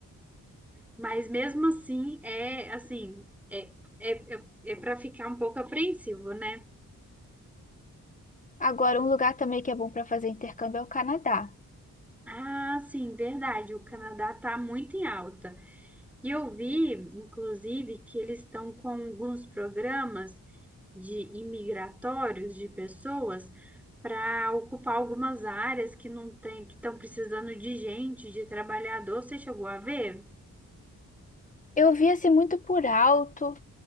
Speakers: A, in the centre; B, on the left (about 25°).
A: Mas mesmo assim, é assim, é, é, é, é para ficar um pouco apreensivo, né?
B: Agora, um lugar também que é bom para fazer intercâmbio é o Canadá.
A: Ah, sim, verdade, o Canadá está muito em alta. E eu vi, inclusive, que eles estão com alguns programas de imigratórios de pessoas para ocupar algumas áreas que não tem, que estão precisando de gente, de trabalhador. Você chegou a ver?
B: Eu vi assim muito por alto,